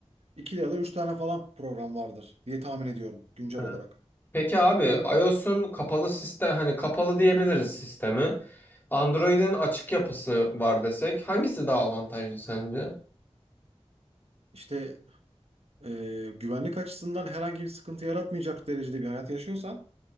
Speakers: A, on the right; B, on the left.
A: iki ya da üç tane falan program vardır diye tahmin ediyorum güncel
B: Evet.
A: olarak.
B: Peki abi
A: Ama
B: iOS'un kapalı sistem hani kapalı diyebiliriz sistemi. Android'in açık yapısı var desek hangisi daha avantajlı sence?
A: işte e, güvenlik açısından herhangi bir sıkıntı yaratmayacak derecede bir hayat yaşıyorsan